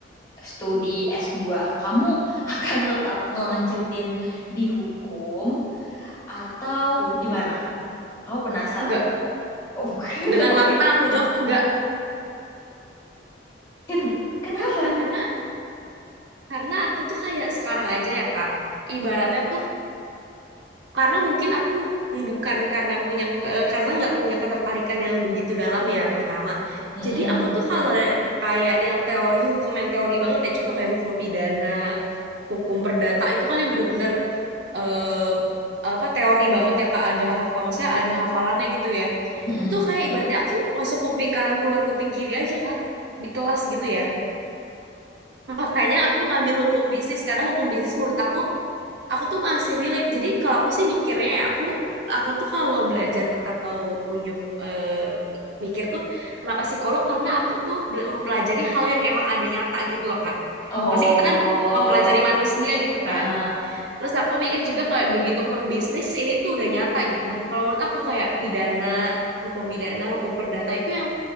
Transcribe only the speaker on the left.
studi s dua, kamu <laughs> akan tetap ngelanjutin di hukum atau
gimana? Aku penasaran.
Oh, <laughs>
Oke.
Ken kenapa?
Mm-mm.
Mm-mm.
Oh.
Heeh.